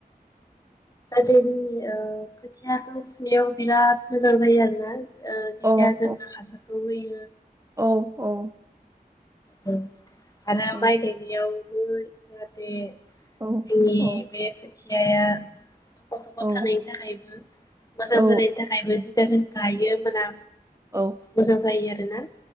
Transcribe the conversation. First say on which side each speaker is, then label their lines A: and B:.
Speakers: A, on the left; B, on the right.
A: जाहाथे जोंनि ओ खोथियाखौ फुनायाव बिराद मोजां जायो आरो ना। ओ जिथिया
B: औ
A: जोंना हासारखौ होयो।
B: औ औ।
A: औ आरो
B: उम
A: माय गायनायाव‌। गै जाहाथे।
B: औ
A: जोंनि
B: औ
A: बे खोथियाया गथ'फोर
B: औ
A: थानायनि थाखायबो मोजां
B: औ
A: जानायनि थाखायबो जिगाजों गायो मोना
B: औ
A: मोजां जायो आरो। ना।